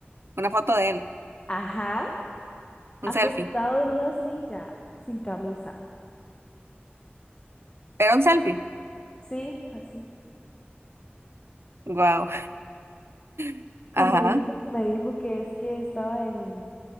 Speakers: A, on the right (about 80°); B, on the left (about 25°).
A: una foto de él,
B: Ajá.
A: un
B: acostado
A: selfie,
B: en una silla, sin camisa,
A: ¿era un selfie?
B: sí, así.
A: Wow, <laughs>
B: Y
A: ajá,
B: me dijo, me dijo que es que estaba en,